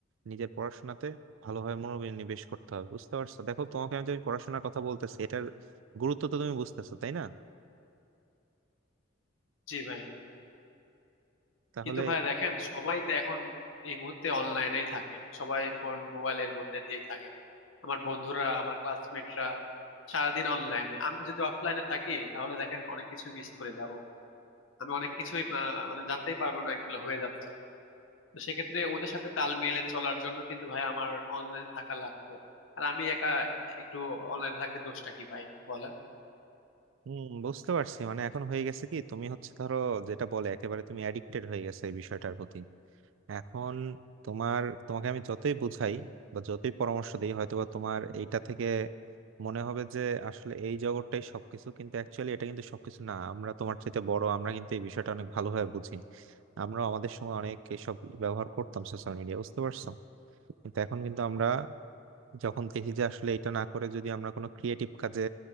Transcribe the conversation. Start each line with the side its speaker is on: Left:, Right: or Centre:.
Right: নিজের পড়াশোনাতে ভালোভাবে মনোনিবেশ করতে হবে বুঝতে পারছো দেখো তোমাকে আমি যে আমি পড়াশোনার কথা বলতেছি এটার গুরুত্ব তো তুমি বুঝতেছো তাই না
Left: জি ভাই
Right: তাহলে
Left: কিন্তু ভাইয়া দেখেন সবাই তো এখন এই মুহূর্তে অনলাইনেই থাকে সবাই ফোন মোবাইলের মধ্যে দিয়ে থাকে আমার বন্ধুরা আমার ক্লাসমেটরা সারাদিন অনলাইনে আমি যদি অফলাইনে থাকি তাহলে দেখেন অনেক কিছু মিস করে যাব আমি অনেক কিছুই আহ, মানে জানতেই পারবো না এগুলো হয়ে যাচ্ছে তো সেক্ষেত্রে ওদের সাথে তাল মিলিয়ে চলার জন্য কিন্তু ভাই আমার অনলাইনে থাকা লাগবে আর আমি একা একটু অনলাইনে থাকতে দোষটা কি ভাই বলেন
Right: হম বুঝতে পারছি মানে এখন হয়ে গেছে কি তুমি হচ্ছে ধরো যেটা বলে একেবারে তুমি অ্যাডিক্টেড হয়ে গেছে এই বিষয়টার প্রতি এখন তোমার তোমাকে আমি যতই বুঝাই বা যতই পরামর্শ দিই হয়তোবা তোমার এইটা থেকে মনে হবে যে আসলে এই জগৎটাই সবকিছু কিন্তু অ্যাকচুয়ালি এটা কিন্তু সবকিছু না আমরা তোমার চাইতে বড় আমরা কিন্তু এই বিষয়টা অনেক ভালোভাবে বুঝি আমরা আমাদের সময় অনেক এসব ব্যবহার করতাম সোশ্যাল মিডিয়া বুঝতে পারছো কিন্তু এখন কিন্তু আমরা যখন দেখি যে আসলে এটা না করে যদি আমরা কোনো ক্রিয়েটিভ কাজে